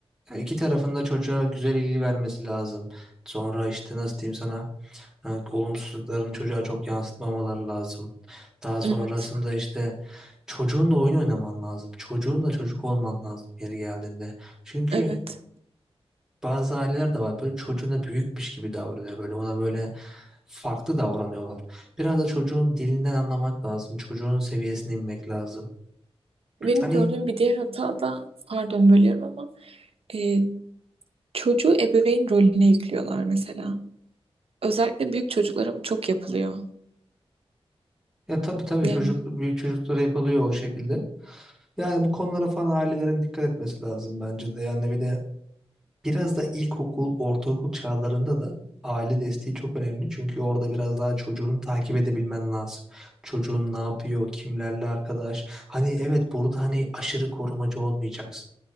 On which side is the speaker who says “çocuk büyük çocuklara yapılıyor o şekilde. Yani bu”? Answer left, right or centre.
Centre